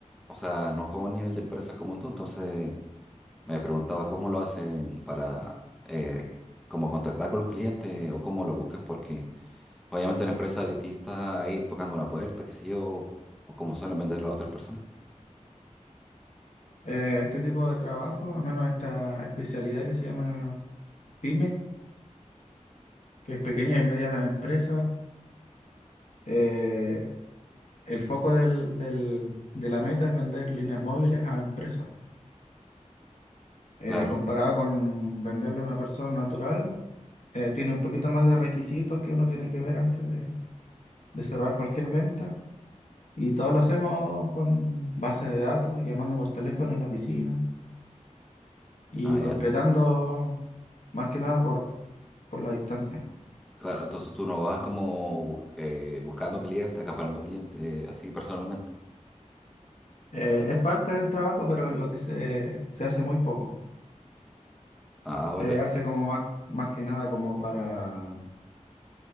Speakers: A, in the centre; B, on the left.
A: o sea, no como a nivel de empresa como tú, entonces me preguntaba cómo lo hacen para, eh, como contactar con los clientes o cómo lo buscan, porque obviamente una empresa es distinta a ir tocando una puerta, qué sé yo, o como suelen vender las otras personas.
B: Eh, este tipo de trabajo, al menos esta especialidad que se llama PYME, que es pequeña y mediana empresa, eh, el foco del- del- de la meta es vender líneas móviles a empresas. Eh,
A: Claro,
B: comparado con venderle a una persona natural, eh, tiene un poquito más de requisitos que uno tiene que ver antes de, de cerrar cualquier venta. Y todo lo hacemos con bases de datos, llamando por teléfono en la oficina y
A: ah,
B: concretando
A: ya.
B: más que nada por, por la distancia.
A: Claro, entonces tú no vas como bus- eh, buscando clientes, acaparando clientes, eh, así personalmente.
B: Eh, es parte del trabajo, pero es lo que se, se hace muy poco.
A: Ah,
B: Se
A: vale.
B: hace como más, más que nada como para